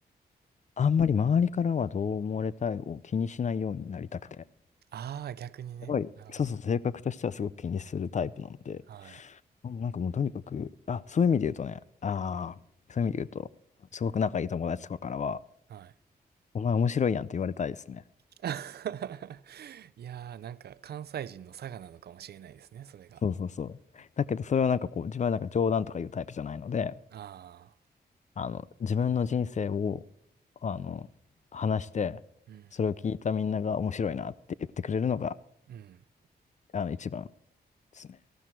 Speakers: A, on the left (about 45°); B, on the right (about 70°).
A: あんまり周りからはどう思われたいを気にしないようになりたくて。
B: ああ、逆にね。
A: すごい、
B: なるほど。
A: そうそう、性格としてはすごく気にするタイプなので、
B: はい。
A: うんなんかもうとにかく、あ、そういう意味で言うとね、ああ、そういう意味で言うと、すごく仲いい友達とかからは、
B: はい。
A: お前面白いやんって言われたいですね。
B: <laughs> いやー、なんか関西人の差がなのかもしれないですね、それが。
A: そうそうそう。だけど、それはなんかこう、自分はなんか冗談とか言うタイプじゃないので、
B: ああ、
A: あの、自分の人生を、あの、話して、
B: うん、
A: それを聞いたみんなが面白いなって言ってくれるのが、
B: うん。
A: あの、一番ですね。